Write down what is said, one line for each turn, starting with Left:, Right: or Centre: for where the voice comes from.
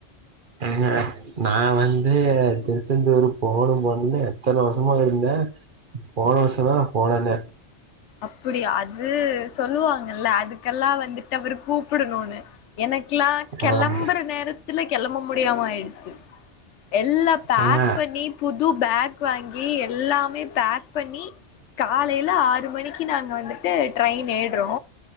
Right: ஏங்க நா வந்து திருச்செந்தூரு போணு போணுன்னு எத்தன வருஷமா இருந்தே போன வருஷ தா நா போனனே
Left: அப்டியா அது சொல்லுவாங்கல்ல அதுக்கெல்லா வந்துட்டு அவரு கூப்பிடணுனு எனக்கெல்லா கெளம்புற
Right: ஆமா
Left: நேரத்துல கெளம்ப முடியாம ஆயிடுச்சு எல்லா பேக்
Right: ஏங்க
Left: பண்ணி புது பேக் வாங்கி எல்லாமே பேக் பண்ணி காலையில ஆறு மணிக்கு நாங்க வந்துட்டு ட்ரெயின் ஏடுறோ